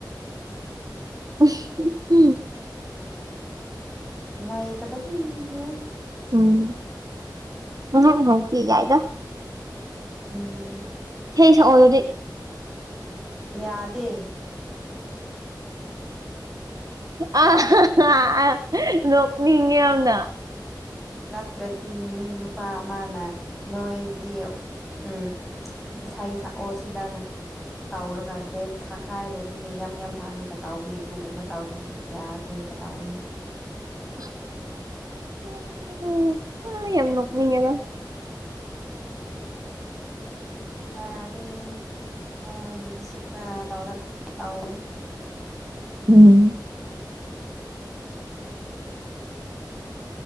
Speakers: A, on the right (about 50°); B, in the centre.
A: <unintelligible>
B: ꯅꯨꯡꯉꯥꯏꯇꯥꯕꯗꯨꯨ
A: ꯎꯝ <unintelligible> ꯌꯥꯏꯗ
B: ꯎꯝ
A: ꯏꯁꯩ ꯁꯛꯑꯣ ꯑꯗꯨꯗꯤ
B: ꯌꯥꯗꯦ
A: ꯑꯦ <unintelligible> ꯅꯣꯛꯅꯤꯡꯉꯦ ꯌꯥꯝꯅ
B: ꯅꯠꯇ꯭ꯔꯗꯤ ꯃꯤ ꯅꯨꯄꯥ ꯑꯃꯅ ꯅꯣꯏꯗꯤ ꯎꯝ ꯏꯁꯩ ꯁꯛꯑꯣ ꯁꯤꯗꯅ ꯇꯧꯔꯒ ꯔꯦꯞ ꯁꯛꯈꯥꯏꯔꯗꯤ ꯌꯥꯝ ꯌꯥꯝ ꯐꯥꯡꯅꯤ <unintelligible>
A: <unintelligible> ꯌꯥꯝ ꯅꯣꯛꯅꯤꯡꯉꯦ ꯅꯪ
B: ꯌꯥꯗꯦꯍꯦ ꯃꯣꯏꯒꯤꯁꯤꯁꯨꯨ ꯈꯔꯥ ꯇꯧꯔꯛ ꯇꯥꯎꯒꯅꯤ
A: ꯎꯝ